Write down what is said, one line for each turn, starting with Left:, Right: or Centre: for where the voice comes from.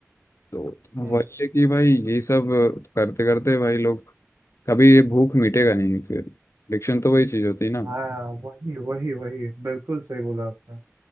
Left: तो
Right: हम्म
Left: वही है कि भाई ये सब करते करते भाई लोग कभी ये भूख मिटेगा नहीं फिर एडिक्शन तो वही चीज़ होती है ना
Right: हाँ वही वही वही बिल्कुल सही बोला आपने